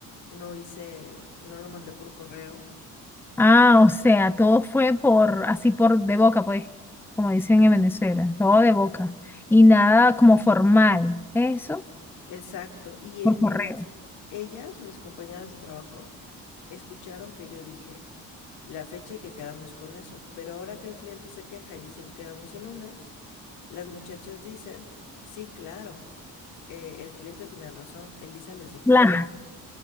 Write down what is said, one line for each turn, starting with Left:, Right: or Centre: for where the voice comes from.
Left: no hice, no lo mandé por correo
Centre: Ah, o sea, todo fue por, así por de boca, pues, como dicen en Venezuela, todo de boca. Y nada como formal, eso,
Left: Exacto. Y
Centre: por
Left: e-
Centre: correo.
Left: e- las, ellas, mis compañeras de trabajo, escucharon que yo dije la fecha y que quedamos con eso. Pero ahora que el cliente se queja y dice que quedamos el lunes, las muchachas dicen, sí, claro, eh, el cliente tiene razón, Elisa les dijo
Centre: Claro.
Left: que el lunes.